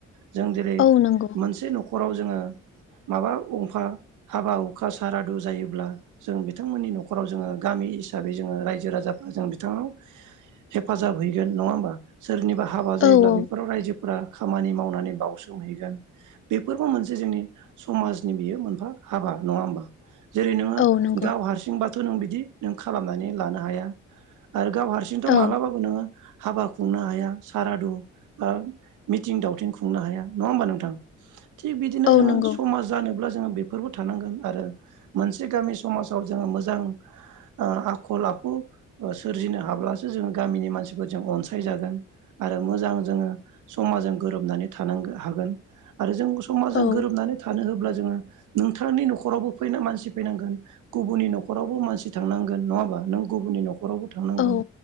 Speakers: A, on the right; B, on the left.
A: जों जेरै
B: औ नंगौ
A: मोनसे न'खराव जोङो माबा गंफा हाबा हुखा सारादु जायोब्ला जों बिथांमोननि न'खराव जोङो गामि हिसाबै जोङो रायजो राजाफोरा जों बिथांनाव हेफाजाब हैयो। नङा होबा सोरनिबा हाबा जायो
B: औ औ
A: बेफोराव रायजो फ्रा खामानि मावनानै बावउसोमहैगोन बेफोरबो मोनसे जोंनि समाजनि बियो मोनफा हाबा नङा होमबा। जेरै नोङो
B: औ नंगौ
A: गाव हारसिंबाथ' नों बिदि नों खालामनानै लानो हाया। आरो गाव हारसिंथ'
B: औ
A: मालाबाबो नोङो हाबा खुंनो हाया सारादु बा मिथिं दावथिं खुंनो हाया नङा होमबा नोंथां।। थिग बिदिनो
B: औ
A: जोंङो
B: नंगौ
A: समाज जानोब्ला जोङो बेफोरबो थानांगोन आरो मोनसे गामि समाजाव जोङो मोजां ओ आखल आख खु सोरजिनो हाब्लासो जों गामिनि मानसि फोरजो जों अनसायजागोन आरो मोजां जोंङो समाजजों गोरोबनानै थानांगो हागोन। आरो जों समाजजों
B: औ
A: गोरोबनानै थानो होब्ला जोंङो नोंथांनि न'खरावबो फैना मानसि फैनांगोन गुबुननि न'खरावबो मानसि थांनांगोन नङा होनबा नों गुबुननि न'खरावबो थांनांगोन
B: औ